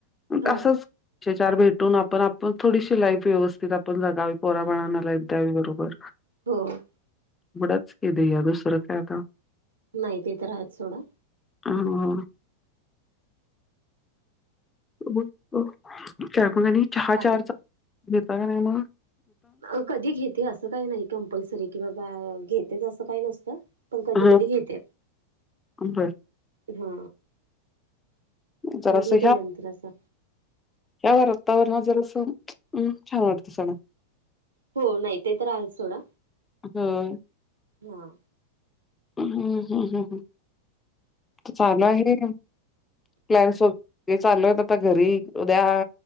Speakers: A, on the right; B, on the left.
A: हा
B: असंच पैसे चार भेटून आपण आपण थोडीशी लाईफ व्यवस्थित आपण जगावी पोराबाळांना लाईफ द्यावी बरोबर
A: होय
B: थोडाच केलया दुसरं काय? आता
A: नाही ते तर आहेच सोडा
B: हा हा बघतो? पण चहा
A: बाकी
B: चारचा घेताला कनय म
A: अ कधी घेते असं काय नाही कंपल्सरी की बाबा घेतेच. असं काही नसतं पण कधी
B: हा
A: कधी घेते.
B: बर
A: हा
B: जरास
A: घेते
B: घ्या
A: नंतर असं
B: ह्या वातावरणात जरस छान वाटत सगळ
A: हो नाही ते तर आहेच. सोडा
B: होय.
A: हा
B: हम हम हम <inaudible> चालू आहे का प्लॅन्स सगळी चालूयत आता घरी उद्या..